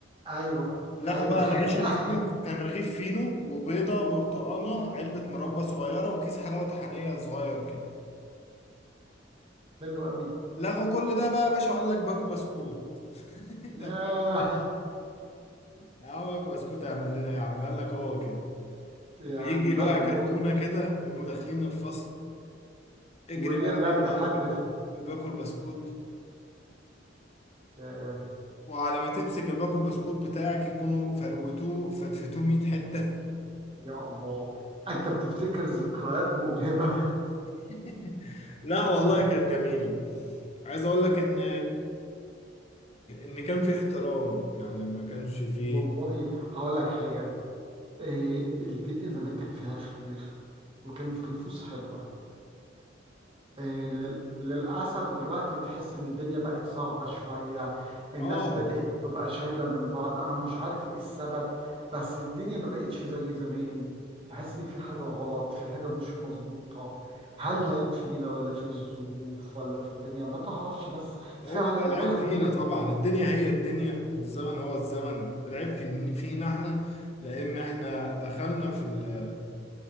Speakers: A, on the right; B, on the left.
A: ايوه
B: لغوا
A: ايوه
B: بقى
A: دي حقيقة
B: العيش الفينو كان رغيف فينو وبيضه برتقانه علبه مربى صغيره وكيس حلاوه طحينيه صغير كده
A: <laughs> حلوة قوي
B: لغوا كل ده بقى يا باشا قال لك باكو بسكوت <laughs>
A: ياه
B: طب يا عم باكو بسكوت اعمل لنا إيه يا عم قال لك هو كده
A: يعني
B: ويجي
A: لا
B: بقى
A: والله
B: كرتونة كده يقوموا داخلين الفصل اجري
A: ويرمي
B: بقى اللي يلحق
A: حد
B: الباكو
A: في
B: الباكو البسكوت
A: ياه.
B: وعلى ما تمسك الباكو البسكوت بتاعك يكونوا فروتوه فتفتوه 100 حتة
A: يا الله انت بتفتكر ذكريات مؤلمة
B: <laughs> لا والله
A: <laughs>
B: كانت جميلة عايز اقول لك ان ان كان في احترام يعني ما كانش في
A: والله هقول لك حاجة إيه الدنيا زمان كان فيها خير وكانت النفوس حلوة آه، لل- للأسف دلوقتي تحس إن الدنيا بقت صعبة شوية الناس
B: اه
A: بدأت تبقى شايلة من بعض أنا مش عارف إيه السبب بس الدنيا ما بقتش زي زمان تحس إن في حاجة غلط في حاجة مش مظبوطة هل العيب فينا ولا في الظروف ولا في الدنيا ما تعرفش بس
B: هو
A: فعلا
B: العيب
A: الواحد
B: فينا
A: بي
B: طبعا الدنيا هي الدنيا والزمن هو الزمن العيب في- فينا احنا لان احنا دخلنا في ال